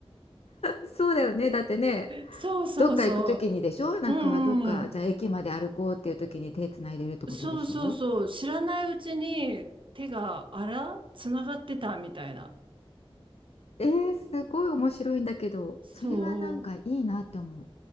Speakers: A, on the left (about 85°); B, on the right (about 55°).
A: そうだよね。だってね、
B: そうそうそ
A: どっか行くときにでしょなんかどっか、
B: う。うんうん。
A: じゃあ駅まで歩こうっていうときに手つないでるってことでしょ
B: そうそうそう。知らないうちに手が、あら、つながってたみたいな。
A: えー、すごい面白いんだけど、
B: そう。
A: それはなんかいいなって思う。